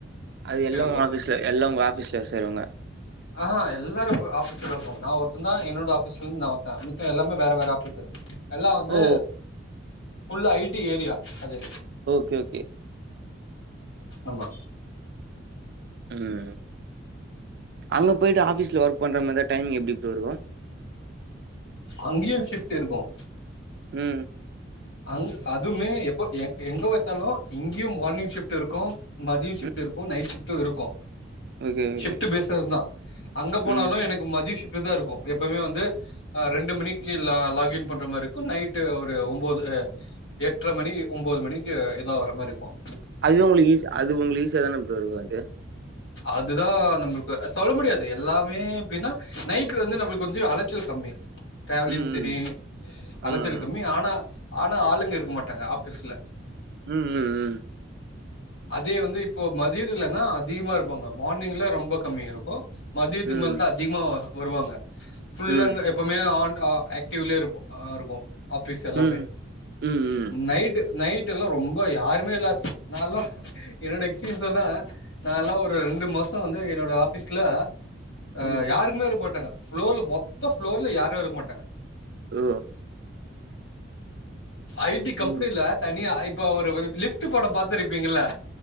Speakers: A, on the right; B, on the left.
A: அது எல்லாம்
B: இருப்போ
A: உங்க ஆஃபீஸ்ல எல்லா உங்க ஆஃபீஸ்ல வேல செய்ரவங்க
B: ஆ எல்லாரும் போ ஆபீஸ்ல இருக்கங்க ஆ ஆ ஆ எல்லாரும் ஆஃபீஸ்ல தா இருக்காங்க நான் ஒருத்தன் தான் என்னோட ஆபீஸ்ல இருந்து நான் ஒருத்தேன் மிச்சம் எல்லாமே வேற வேற ஆஃபீஸ்ஸூ எல்லாம் வந்து
A: ஓ
B: ஃபுல் ஐடி ஏரியா அது
A: ஓகே ஓகே
B: ஆமா
A: உம் அங்க போயிட்டு ஆஃபீஸ்ல ஒர்க் பண்ற மாதிரி டைமிங் எப்டி ப்ரோ இருக்கும்
B: அங்கேயும் ஷிப்ட் இருக்கும்
A: உம்
B: அங் அதுமே எப்போ எங் எங்க பாத்தாலும் இங்கேயும் மார்னிங் ஷிஃப்ட் இருக்கும் மதியோம் ஷிப்ட்
A: ம்
B: இருக்கும் நைட் ஷிப்டும் இருக்கும்
A: ஓகே ஓகே
B: சிப்ட்டு பேசஸ் தா அங்க போனாலும்
A: ம்
B: எனக்கு மதியம் சிப்ட்டு தா எப்பயும்வந்து அ ரெண்டு மணிக்கு லாகின் பண்ற மாரி இருக்கும் நைட்டு ஒரு ஒம் போது எட்ரை மணி ஒன்பது மணிக்கு இதா வர்ற மாரி இருக்கும்
A: அதுவே உங்களுக்கு ஈசி அது உங்களுக்கு யூஸா தான ப்ரோ இருக்கூ அது
B: அதுதா நம்மளுக்கு சொல்ல முடியாது எல்லாமே அப்டின்னாக் நைட்டுல வந்து நம்மளுக்கு கொஞ்சோம் அலச்சல் கம்மி
A: <inaudible>
B: ட்ராவலிங் சேரி
A: ம்
B: அலச்சல்
A: ஆமா ஆமா
B: கம்மி ஆனா ஆனா ஆளுங்க இருக்க மாட்டாங்க ஆஃபீஸ்ல
A: உம் உம்
B: அதே வந்து இப்போ மதியத்துல தா அதிகமா இருப்பாங்க மார்னிங்ல ரொம்ப கம்மியா இருக்கும் மதியத்துக்கு
A: ம் ம்
B: மேல் தா அதிகமா வருவாங்க ஃபுல்லா
A: ம்
B: இந்த எப்பயுமே ஆன் ஆகிவ்டிவா இருக்கும் ஆஃபீஸ் எல்லாமே
A: ம் ம் ம்
B: நைட்டு நைட்டுஎல்லாம் ரொம்ப யாருமே இல்லா நால்லா என்னோட எக்ஸ்பீரியன்ஸ் லா சொன்னா நா எல்லாம் ஒரு ரெண்டு மாசம் வந்து என்னோட ஆஃபீஸ்ல அ
A: ம்
B: யாருக்குமே இருக்க மாட்டாங்க ப்ளோர்லையும் மொத்த புப்ளோர்ல யாருமே இருக்க மாட்டாங்க
A: ஓ
B: ஐடி கம்பெனில
A: ம்
B: தனியா இப்ப ஒரு லிஃப்ட்டு படோம் பாத்துருப்பிங்களா